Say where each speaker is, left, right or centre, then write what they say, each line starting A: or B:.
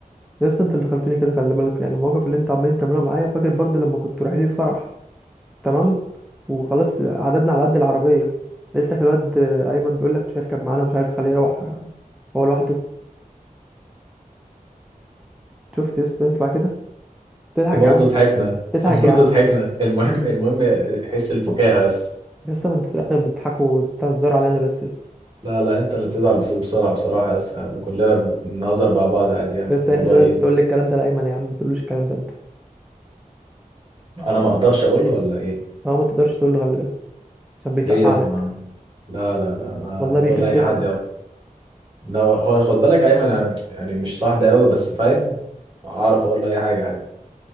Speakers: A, in the centre; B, on the right.
A: يا اسطى انت اللي خلتني كده خلي بالك يعني المواقف اللي انت عمالين تعملوها معايا فاكر برضو لما كنت رايحين الفرح تمام وخلاص عددنا على قد العربيه لقيت لك الواد ايمن بيقول لك مش هيركب معانا ومش عارف يخليه يروح هو لوحده شفت يا اسطى ينفع كده تضحك
B: بس برضه
A: يا عم
B: ضحكنا
A: تضحك
B: بس برضه
A: يا عم
B: ضحكنا المهم المهم حس الفكاهه يا اسطى
A: يا اسطى ما انت في الاخر بتضحكوا وبتهزروا علينا بس يا اسطى
B: لا لا انت اللي بتزعل بس- بسرعه بصراحه يا اسطى يعني كلنا بنهزر مع بعض عادي يعني
A: يا اسطى
B: الموضوع
A: انت ده
B: ايزي
A: تقول لي الكلام ده لايمن يا عم ما تقولوش الكلام ده انت
B: انا ما اقدرش اقول له ولا ايه
A: هو ما تقدرش تقول له خلي بالك عشان بيسقع
B: ليه يا اسطى
A: لك
B: لا لا لا انا
A: والله
B: أنا
A: بيكشف
B: اقول لاي حد
A: لك
B: يا لا هو خد بالك ايمن أنا يعني مش صاحبي قوي بس فاهم اعرف اقول له اي حاجه عادي